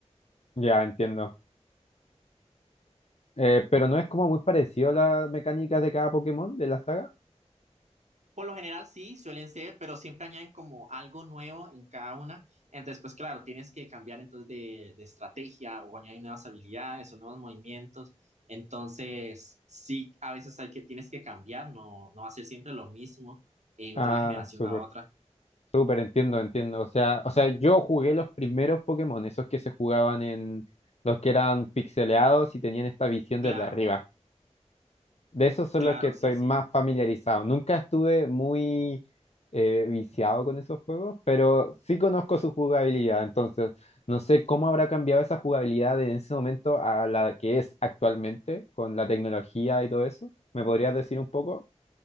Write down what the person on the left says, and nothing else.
Ya, entiendo. Eh, pero no es como muy parecido a las mecánicas de cada Pokémon de la saga.
Ah,
súper.
Súper, entiendo, entiendo. O sea, o sea, yo jugué los primeros Pokémon, esos que se jugaban en los que eran pixeleados y tenían esta visión
desde arriba. De esos son
los que estoy
más familiarizado. Nunca estuve muy eh, viciado con esos juegos, pero sí conozco su jugabilidad. Entonces, no sé cómo habrá cambiado esa jugabilidad en ese momento a la que es actualmente, con la tecnología y todo eso. ¿Me podrías decir un poco?